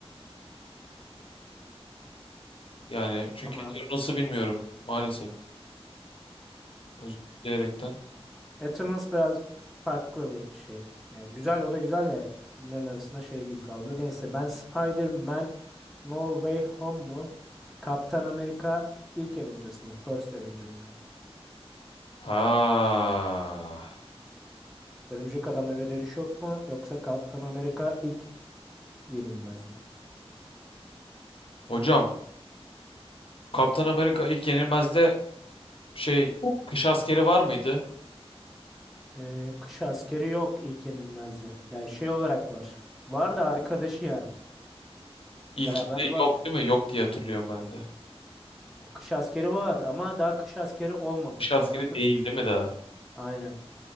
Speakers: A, on the left; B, in the centre.
A: Yani çünkü
B: Tamam.
A: Eternals'ı bilmiyorum. Maalesef. Özür dileyerekten.
B: Eternals biraz farklı bir şey. Yani güzel o da güzel de bunların arasında şey gibi kaldı. Neyse ben Spider-Man No Way Home mu? Kaptan Amerika ilk Avengers mı? First Avenger mı?
A: Ha.
B: Örümcek Adam Eve Dönüş yok mu? Yoksa Kaptan Amerika ilk Yenilmez mi?
A: Hocam Kaptan Amerika ilk yenilmezde şey kış askeri var mıydı?
B: Ee, kış askeri yok ilk yenilmezdi. Yani şey olarak var. Var da arkadaşı yani.
A: İlkinde
B: Beraber var.
A: yok değil mi? Yok diye hatırlıyorum ben de.
B: E, kış askeri var ama daha kış askeri olmamış.
A: Kuş askeri
B: Anladın
A: değil
B: mı?
A: değil mi daha?
B: Aynen.